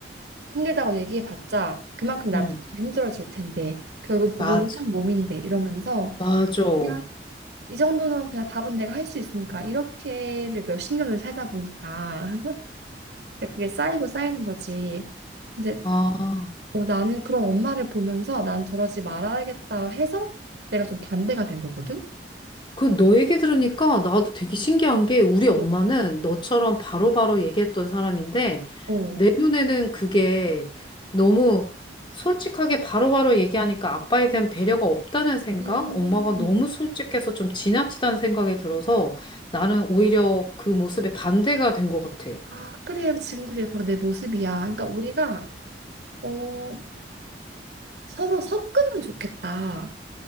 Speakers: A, on the right; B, on the left.
A: 힘들다고 얘기해봤자 그만큼 남편도
B: 음,
A: 힘들어질 텐데, 결국 부부는
B: 맞아,
A: 한 몸인데, 이러면서
B: 맞아. 어.
A: 그냥 이 정도는 그냥 밥은 내가 할 수 있으니까, 이렇게를 몇십 년을 살다 보니까, <laughs> 그게 쌓이고 쌓이는 거지. 근데
B: 아,
A: 어, 나는 그런 엄마를 보면서 난 저러지 말아야겠다 해서 내가 좀 반대가 된 거거든.
B: 그 너 얘기 들으니까 나도 되게 신기한 게 우리 엄마는
A: 어,
B: 너처럼 바로바로 얘기했던 사람인데
A: 어.
B: 내 눈에는 그게 너무 솔직하게 바로바로 얘기하니까 아빠에 대한 배려가 없다는 생각?
A: 음.
B: 엄마가 너무 솔직해서 좀 지나치다는 생각이 들어서 나는 오히려 그 모습에 반대가 된 것 같아.
A: 아, 그래. 지금 그게 바로 내 모습이야. 그러니까 우리가 어, 서로 섞으면 좋겠다.